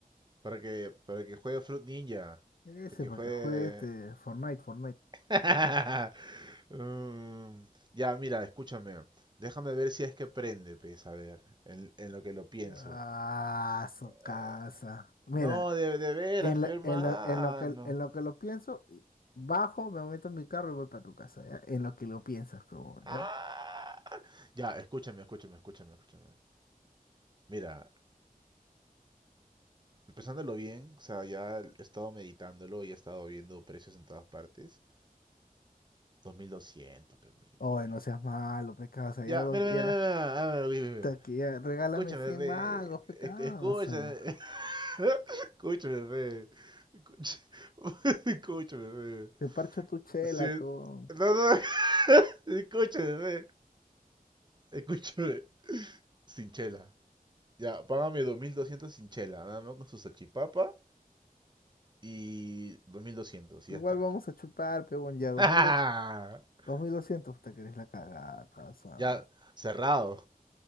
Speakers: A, on the right; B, on the left.
A: Para que, para que juegue Fruit Ninja.
B: Ese
A: Para que
B: para
A: juegue...
B: que juegue este Fortnite, Fortnite.
A: <laughs> Mm, ya, mira, escúchame. Déjame ver si es que prende, pues, a ver, en, en lo que lo pienso.
B: Ah, su casa.
A: Eh,
B: Mira,
A: no, de, de veras,
B: en, la-
A: hermano.
B: en, lo, en, lo que, en lo que lo pienso, y bajo, me meto en mi carro y voy para tu casa, ¿ya? En lo que lo piensas, pero,
A: Ah.
B: ¿ya?
A: Ya, escúchame, escúchame, escúchame, escúchame. Mira, pensándolo bien, o sea, ya he estado meditándolo y he estado viendo precios en todas partes. 2200, pero
B: Oye,
A: mi...
B: no seas malo, me casa,
A: Ya,
B: ya, dos-
A: mira, mira,
B: ya.
A: mira, mira, ah, mira, mira, mira.
B: Puta que ya, regálame
A: Escúchame,
B: 100
A: re.
B: mangos, pecado.
A: es- Escúchame.
B: O sea,
A: <laughs> Escúchame, re. Escucha- <laughs> Escúchame, re.
B: te parcho tu chela,
A: Se-
B: peón.
A: No, no, <laughs> Escúchame, re. Escúchame. Sin chela. Ya, págame 2200 sin chela, nada más con su salchipapa y 2200
B: Igual
A: y ya está.
B: vamos a chupar, peón. Ya, 2200,
A: <laughs>
B: 2200, puta que eres la cagada, o sea.
A: ya cerrado.